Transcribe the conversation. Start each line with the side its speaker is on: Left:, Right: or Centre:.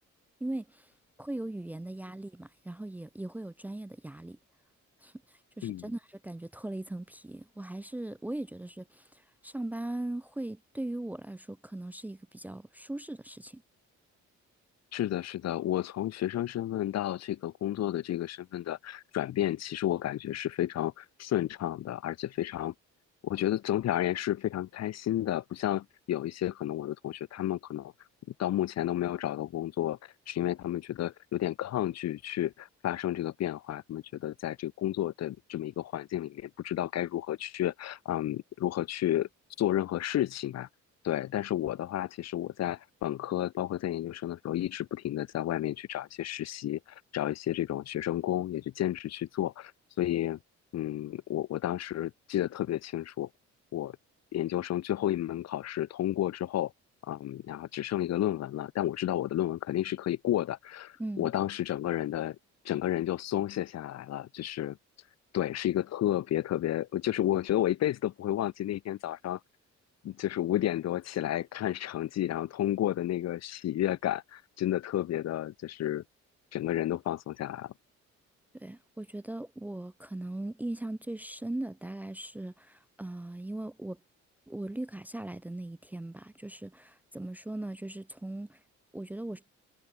Centre: 因为会有语言的压力嘛，然后也也会有专业的压力，就是真的是感觉脱了一层皮。
Left: 嗯。
Centre: 我还是我也觉得是，上班会对于我来说可能是一个比较舒适的事情。
Left: 是的，是的，我从学生身份到这个工作的这个身份的转变，其实我感觉是非常顺畅的，而且非常，我觉得总体而言是非常开心的。不像有一些可能我的同学，他们可能到目前都没有找到工作，是因为他们觉得有点抗拒去发生这个变化，他们觉得在这个工作的这么一个环境里面，不知道该如何去，嗯，如何去做任何事情吧。对，但是我的话，其实我在本科，包括在研究生的时候，一直不停的在外面去找一些实习，找一些这种学生工，也就兼职去做。所以，嗯，我我当时记得特别清楚，我研究生最后一门考试通过之后，嗯，然后只剩一个论文了，但我知道我的论文肯定是可以过的，
Centre: 嗯。
Left: 我当时整个人的整个人就松懈下来了，就是，对，是一个特别特别，就是我觉得我一辈子都不会忘记那天早上。就是五点多起来看成绩，然后通过的那个喜悦感，真的特别的，就是整个人都放松下来了。
Centre: 对，我觉得我可能印象最深的大概是，呃，因为我我绿卡下来的那一天吧，就是怎么说呢，就是从我觉得我是